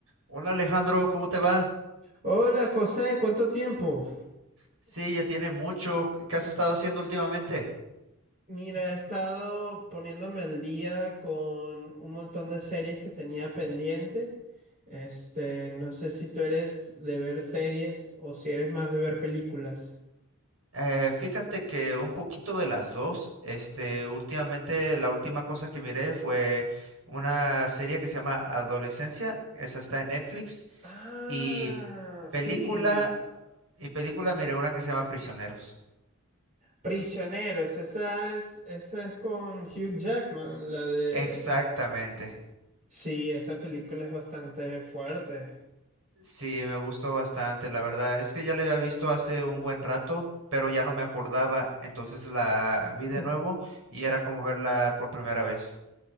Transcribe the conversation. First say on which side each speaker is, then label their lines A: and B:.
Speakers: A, on the right; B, on the right.
A: Hola Alejandro, ¿cómo te va?
B: Hola José, ¿cuánto tiempo?
A: Sí, ya tiene mucho. ¿Qué has estado haciendo últimamente?
B: Mira, he estado poniéndome al día con un montón de series que tenía pendiente. Este, no sé si tú eres de ver series o si eres más de ver películas.
A: Eh, fíjate que un poquito de las dos. Este, últimamente la última cosa que miré fue una serie que se llama Adolescencia. Esa está en Netflix.
B: Ah,
A: Y
B: sí.
A: película, y película miré una que se llama Prisioneros.
B: Prisioneros, esa es, esa es con Hugh Jackman, la de...
A: Exactamente.
B: Sí, esa película es bastante fuerte.
A: Sí, me gustó bastante, la verdad. Es que ya la había visto hace un buen rato, pero ya no me acordaba. Entonces la vi de
B: <laughs>
A: nuevo y era como verla por primera vez.